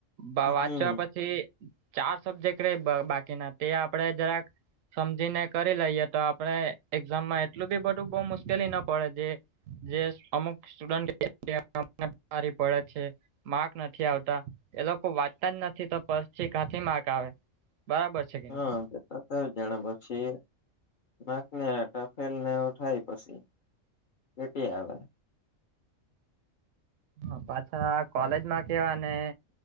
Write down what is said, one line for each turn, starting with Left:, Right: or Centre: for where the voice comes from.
Right: વાંચવા
Left: હમ
Right: પછી ચાર સબ્જેક્ટ ર બાકીના તે આપડે જરાક સમજીને કરી લઈએ તો આપડણે એક્ઝામમાં એટલું બી બધું બઉ મુશ્કેલી ના પડે જે જે અમુક સ્ટુડન્ટ પડે છે માક નથી <inaudible> થી આવતા એ લોકો વાંચતા જ નથી તો પછી ક્યાથી માર્ક આવે બરાબર. છે કે
Left: હા.
Right: નઈ?
Left: જાણે પછી માર્કને ફેલને એવુ થાય પછી. કેટી આવે.
Right: હ પાછા કોલેજ માં કેવા ને